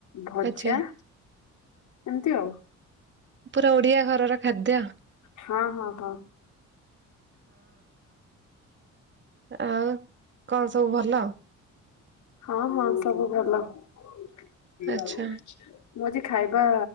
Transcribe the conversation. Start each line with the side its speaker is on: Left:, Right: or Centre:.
Left: ଭଜା
Right: ଆଚ୍ଛା
Left: ଏମିତି ଆଉ।
Right: ପୁରା ଓଡ଼ିଆ ଘରର ଖାଦ୍ୟ ହଁ।
Left: ହଁ ହଁ ହଁ।
Right: ଆଉ କଣ ସବୁ ଭଲ
Left: ହଁ ହଁ ସବୁ ଭଲ। ଆଚ୍ଛା।
Right: ଆଚ୍ଛା
Left: ମୁଁ ଆଜି ଖାଇବା